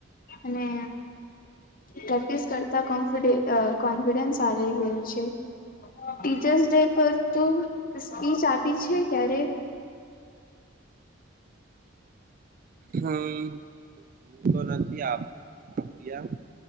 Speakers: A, on the left (about 45°); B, on the right (about 40°).
A: અને પ્રેક્ટિસ કરતા કોન્ફિડે અઅ કોન્ફિડન્સ આવી ગ્યું છે. ટીચર્સ ડે પર તો સ્પીચ આપી છે ક્યારે?
B: હમ્મ. તો નથી આપતા દિયા